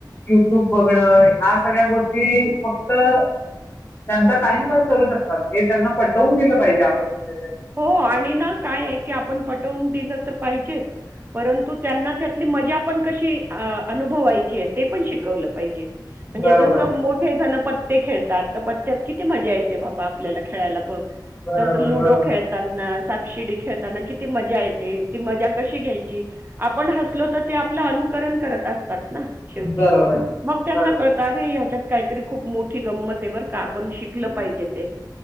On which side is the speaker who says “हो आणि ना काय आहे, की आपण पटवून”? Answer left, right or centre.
Right